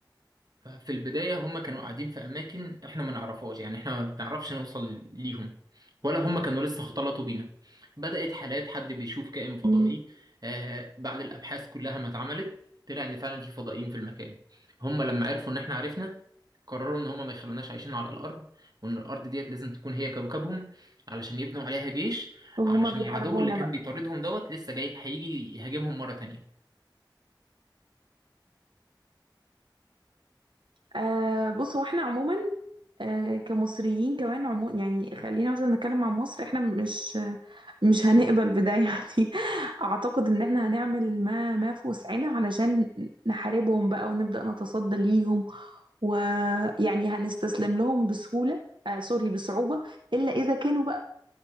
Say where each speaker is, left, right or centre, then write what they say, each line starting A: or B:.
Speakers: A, on the right (about 50°); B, on the right (about 80°).
A: ففي البداية هم كانوا قاعدين في أماكن إحنا ما نعرفهاش يعني إحنا ما بنعرفش نوصل ليهم ولا هم كانوا لسه اختلطوا بينا بدأت حالات حد بيشوف كائن فضائي
B: امم
A: آه بعد الأبحاث كلها ما اتعملت طلع إن فعلا في فضائيين في المكان هم لما عرفوا إن إحنا عرفنا قرروا إن هم ما يخلوناش عايشين على الأرض وإن الأرض ديت لازم تكون هي كوكبهم علشان يبنوا عليها جيش
B: وهما
A: علشان
B: بيحاربونا
A: العدو اللي كان
B: بقى
A: بيطاردهم دوت لسه جاي هيجي يهاجمهم مرة تانية
B: آه بص هو احنا عموما آه كمصريين كمان عموما يعني خلينا مثلا نتكلم عن مصر احنا مش مش هنقبل بده <laughs> يعني اعتقد ان احنا هنعمل ما ما في وسعنا علشان نحاربهم بقى ونبدأ نتصدى ليهم ويعني هنستسلم لهم بسهولة آه سوري بصعوبة إلا إذا كانوا بقى